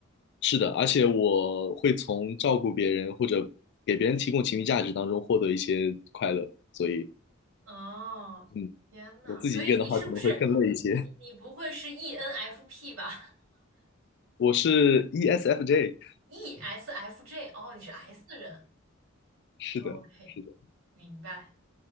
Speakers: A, on the left; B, on the right.
A: 是的，而且我会从照顾别人或者给别人提供情绪价值当中获得一些快乐。所以，
B: 哦，
A: 嗯，
B: 天呐，
A: 我自己一个人的话，
B: 所以你是不是你你你不会是
A: 可能会更累一些。
B: ENFP 吧
A: <laughs> 我是 ESFJ，
B: ？ESFJ，<laughs> 哦，你是 S 人。
A: 是的，
B: OK，
A: 是的。
B: 明白。